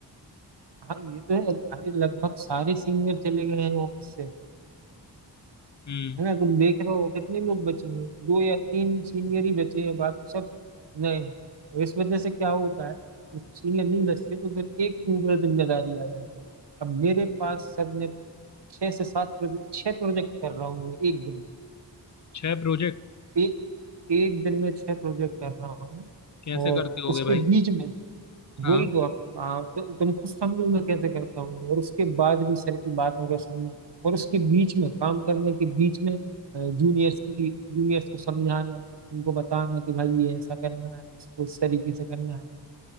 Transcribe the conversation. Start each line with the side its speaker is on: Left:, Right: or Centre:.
Right: हाँ ये तो है अरे लगभग सारे सीनियर चले गए हैं ऑफिस से
Left: हम्म
Right: है ना तुम देख रहे हो कितने लोग बचे हैं दो या तीन सीनियर ही बचे हैं बाकी सब नए हैं और इस वजह से क्या होता है जब सीनियर नहीं बचते तो फिर एक के ऊपर जिम्मेदारी आ जाती है अब मेरे पास सर ने छह से सात प्रोजेक्ट छह प्रोजेक्ट कर रहा हूँ मैं एक दिन
Left: छह प्रोजेक्ट
Right: में एक एक दिन में छह प्रोजेक्ट कर रहा हूँ
Left: कैसे
Right: और
Left: करते होगे
Right: उसके
Left: भाई
Right: बीच में
Left: हाँ
Right: वही तो आप आ, तो, तुम खुद समझो मैं कैसे करता हूँ और उसके बाद भी सर की बात होकर सुनना और उसके बीच में काम करने के बीच में जूनियर्स की जूनियर्स को समझाना उनको बताना कि भाई ये ऐसा करना है इसको इस तरीके से करना है